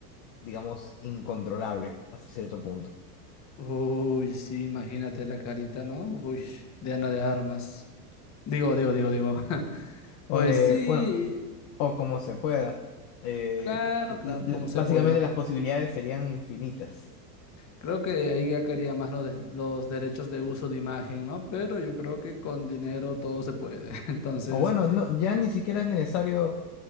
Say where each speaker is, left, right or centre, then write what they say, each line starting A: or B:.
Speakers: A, on the left; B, on the left.
A: digamos, incontrolable hasta cierto punto.
B: Uy, sí, imagínate la carita, ¿no? Uy, de Ana de Armas. Digo, digo, digo, digo. <laughs>
A: o
B: Pues
A: de,
B: sí,
A: bueno, o como se pueda. Eh,
B: claro,
A: l-
B: claro,
A: l-
B: como
A: básicamente
B: se pueda.
A: las posibilidades serían infinitas.
B: Creo que ahí ya quería más lo de- los derechos de uso de imagen, ¿no? Pero yo creo que con dinero todo se puede. <laughs> Entonces,
A: O bueno, no, ya ni siquiera es necesario